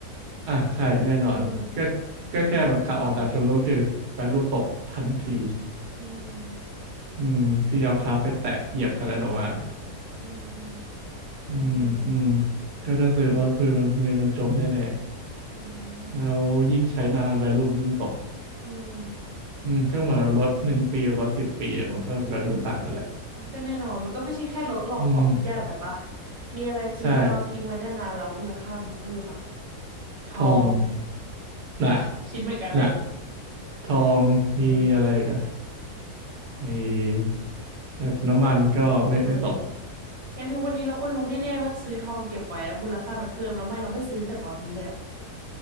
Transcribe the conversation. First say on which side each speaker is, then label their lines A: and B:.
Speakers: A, on the right (about 80°); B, on the right (about 25°).
A: อ่ะใช่แน่นอนก็
B: อืม
A: ก็แค่แบบขาออกจากโชว์รูมก็คือแบนรูตกทันที
B: อืม
A: อืมที่เอาเท้าไปแตะเหยียบคันนั้นออกมา
B: อืม อืม
A: อืมอืม
B: โอเค
A: ก็ถ้าซื้อรถคือมันเงินมันจมแน่
B: อืม
A: ๆแล้วยิ่งใช้นาน value ยิ่งตก
B: อืม
A: อืมก็เหมือนกับรถหนึ่งปีกับรถสิบปีอะมันก็ value ต่างกันแหละ
B: อ่ะก็แน่นอนมันก็ไม่ใช่แค่รถหรอกของทุกอย่างแหละปะ
A: อืม
B: มีอะไรซื้อมาเอาทิ้งไว้นานๆแล้วมูลค่ามันเพิ่มอ่ะ
A: ใช่
B: ทอง
A: ทองหนัก
B: <laughs> คิดเหมือนกันเลย
A: หนักทองมีอะไรอีกัน
B: อืม
A: ไอแบบน้ำมันก็ไม่ไม่ตก
B: เลยงั้นทุกวันนี้เราก็รู้แน่ๆว่าซื้อทองเก็บไว้แล้วมูลค่ามันเพิ่มแล้วไม่เราไม่ซื้อตั้งแต่ตอนนี้เลยอ่ะ